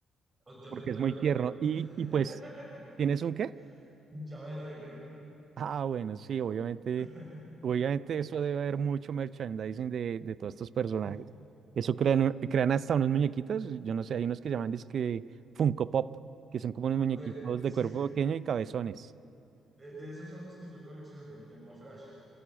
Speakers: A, on the right (about 20°); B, on the right (about 55°).
A: yo
B: porque
A: tengo un
B: es
A: llavero
B: muy tierno.
A: de Groot.
B: Y, y
A: <laughs>
B: pues, ¿tienes un qué?
A: Un llavero de Groot.
B: Ah, bueno, sí, obviamente,
A: <laughs>
B: obviamente eso debe haber mucho merchandising de, de todos estos personajes.
A: Ujú.
B: Eso crean, un- crean hasta unos muñequitos, yo no sé, hay unos que llaman dizque Funko Pop, que son como unos
A: Ah,
B: muñequitos
A: De,
B: de
A: sí,
B: cuerpo pequeño y cabezones.
A: de, de esos son los que yo colecciono y tengo a Flash.